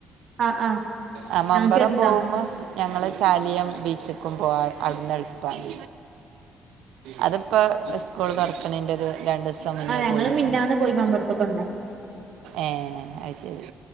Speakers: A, on the right; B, on the right.
A: ആഹ് ആഹ്
B: ആഹ് മമ്പറം
A: ഞങ്ങക്ക് എടുത്താ
B: പോവ്മ്പ ഞങ്ങള് ചാലിയം ബീച്ച്ക്കും പോവാ അവിടുന്ന് എളുപ്പമാണ് അത് ഇപ്പൊ സ്കൂള് തൊറക്ക്ണെന്റെ ഒരു രണ്ട് ദിവസം മുന്നേ
A: ആഹ് ഞങ്ങള്
B: പോയിരുന്നു
A: മിഞ്ഞാന്ന് പോയി മമ്പൊർത്ത്ക്കൊക്കെ
B: ഏഹ് അത്ശരി